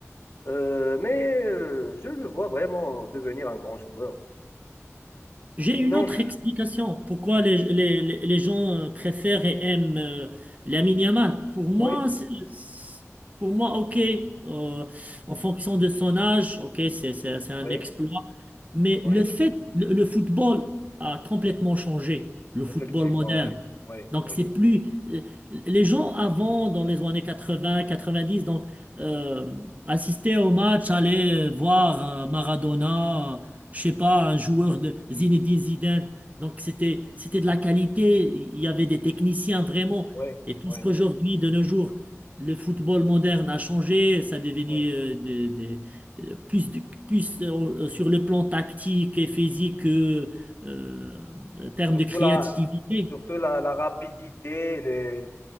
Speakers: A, on the left (about 55°); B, on the right (about 30°).
A: Euh, mais euh, je le vois vraiment devenir un grand joueur.
B: J'ai
A: Sinon,
B: une autre explication. Pourquoi les, les, les les gens euh, préfèrent et aiment euh, Lamine Yamal? Pour moi,
A: oui,
B: c'est- c'est- pour moi, ok, euh, en fonction de son âge, ok, c'est c'est- c'est un
A: oui,
B: exploit. Mais
A: oui,
B: le fait, le, le football a complètement changé, le football
A: effectivement,
B: moderne.
A: oui, oui,
B: Donc,
A: oui,
B: c'est plus. euh, les gens avant, dans les années 80, 90, donc, euh, assistaient au match, allaient euh, voir euh, Maradona je sais pas, un joueur de Zinedine Zidane. Donc c'était c'était de la qualité, il y avait des techniciens vraiment.
A: oui,
B: Et puisqu'aujourd'hui,
A: oui,
B: de nos jours, le football moderne a changé, ça a devenu
A: oui.
B: euh, des- des- euh, plus, de- plus euh, sur le plan tactique et physique que euh, en termes
A: Surtout
B: de créativité.
A: la, surtout la, la rapidité. Les...